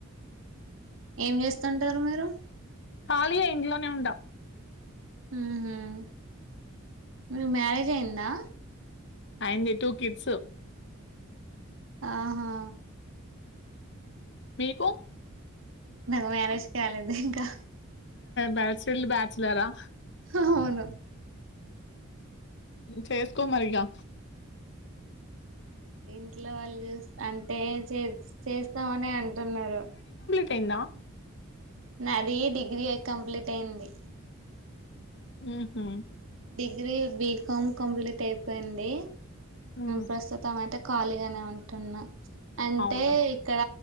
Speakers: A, on the right (about 70°); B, on the left (about 55°).
A: ఏం చేస్తుంటారు మీరు
B: కాళియే ఇంట్లోనే ఉండా
A: హ్మ్ హ్మ్ నువ్వు మ్యారేజ్ అయ్యందా
B: అయింది టూ కిడ్స్
A: ఆహా
B: మీకు
A: నాకు మ్యారేజ్ కాలేదు ఇంకా
B: బ్యాచ్లర్ బ్యాచ్లరా
A: అవును
B: చేసుకో మరిగా
A: ఇంట్లో వాళ్ళు చూస్త అంటే చే చేస్తామని అంటున్నారు
B: టెండ్అ
A: నాది డిగ్రీ కంప్లీట్ అయింది
B: ఆహ
A: డిగ్రీ బీకామ్ కంప్లీట్ అయిపోయింది
B: హ్మ్.
A: ప్రస్తుతం అయితే ఖాళీగానే ఉంటున్నా అంటే
B: అవును.
A: ఇక్కడ